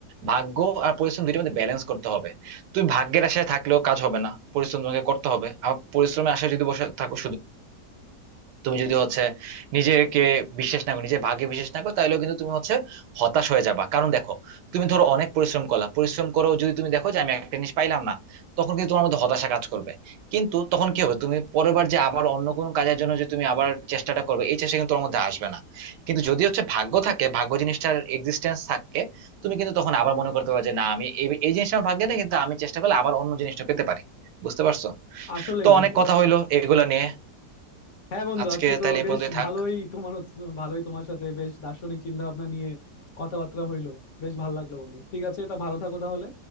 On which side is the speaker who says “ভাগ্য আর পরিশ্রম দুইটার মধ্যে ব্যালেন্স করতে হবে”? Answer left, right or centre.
Right